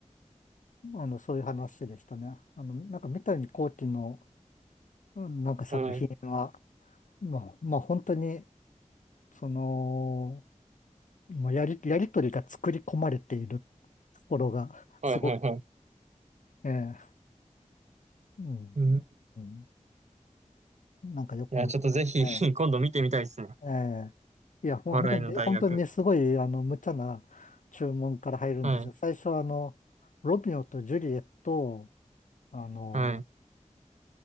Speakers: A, on the left; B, on the right.
A: あの、そういう話でしたね。あの、なんか三谷幸喜の、うんなんか作品は、
B: はい。
A: まあ、まあ本当に、その、まあ、やり、やりとりが作り込まれているところが、
B: はいはいはい。
A: すごく、ええ、うん、
B: うん。い
A: うん、なんかよく見ますね。
B: や、ちょっとぜひ <laughs> 今度見てみたいですね。
A: ええ、いや、本当にね、
B: 笑いの大学。
A: 本当にねすごい、あの、無茶な注文から入るんですよ。
B: はい。
A: 最初は、あの、ロミオとジュリエット、あの、
B: はい。